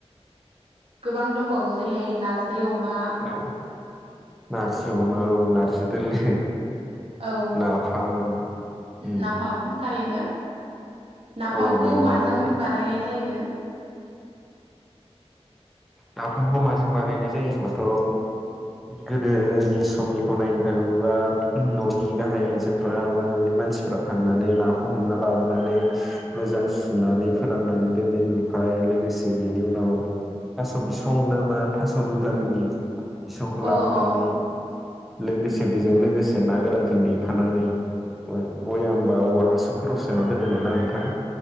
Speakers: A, on the right (about 60°); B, in the centre.
A: गोबां दंबावो जेरैहाय नारजि अमा
B: औ नारजि अमा औ नारजि दोलो
A: औ
B: नाफाम उम
A: नाफाम थारैनो नाफामखौ
B: औवा मेवाइ
A: माजों बानायनाय जायो
B: नाफामखौ माजों बानायनाय जायो होनबाथ' गोदोनि समनिखौ नायनो थाङोबोबा न'नि गाहाय आइजोफ्रा बा न'नि मानसिफ्रा थांनानै नाखौ हमना लाबोनानै मोजां सुनानै फोराननानै दोनो ओमफ्राय लोगोसे बेनि उनाव थास' बिसं नामा थास' दुदालिनि बिसंखौ लाबोनानै
A: अ अ
B: लोगोसे बेजों लोगोसे ना गोरानजों देफानानै बयामबा औवा हासुंफोराव सोना दोनोमोन ना नोंथां